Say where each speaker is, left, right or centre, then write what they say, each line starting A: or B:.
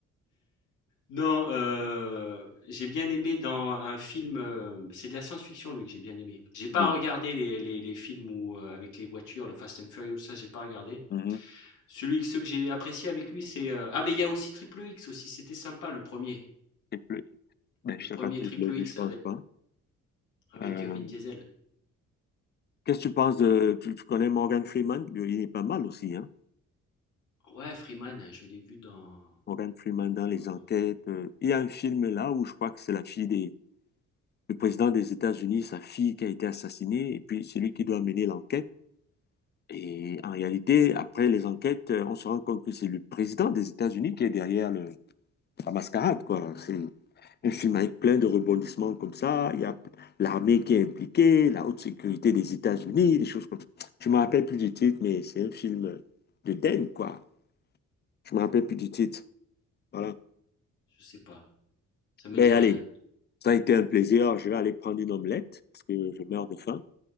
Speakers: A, on the left; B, on the left.
A: Non, heu, j'ai bien aimé dans un film, heu, c'est de la science-fiction lui que j'ai bien aimé. J'ai pas
B: Mm.
A: regardé les les les films où, heu, avec les voitures, le Fast and Furious, ça j'ai pas regardé.
B: Mhm.
A: Celui ceux que j'ai apprécié avec lui, c'est, heu ah mais il y a aussi Triple X aussi, c'était sympa le premier.
B: Et plus- ben,
A: Le
B: je
A: premier
B: sais pas
A: er
B: si
A: Triple
B: je l'ai vu,
A: X
B: je pense
A: ave
B: pas.
A: avec,
B: Euh,
A: euh, Vin Diesel.
B: qu'est-ce que tu penses de... Tu, tu connais Morgan Freeman? Il est pas mal aussi, hein?
A: Ouais, Freeman, je l'ai vu dans
B: Morgan Freeman dans les
A: dans,
B: enquêtes.
A: heu,
B: euh, il y a un film là où je crois que c'est la fille des, du président des États-Unis, sa fille qui a été assassinée, et puis c'est lui qui doit mener l'enquête. Et en réalité, après les enquêtes, euh, on se rend compte que c'est le président des États-Unis qui est derrière le, la mascarade, quoi. C'est Un film avec plein de rebondissements comme ça. Il y a l'armée qui est impliquée, la haute sécurité des États-Unis, des choses comme ça. Je me rappelle plus du titre, mais c'est un film de Den, quoi. Je me rappelle plus du titre. Voilà.
A: je sais pas, ça me
B: Ben
A: dit rien.
B: allez, ça a été un plaisir. Je vais aller prendre une omelette parce que je meurs de faim.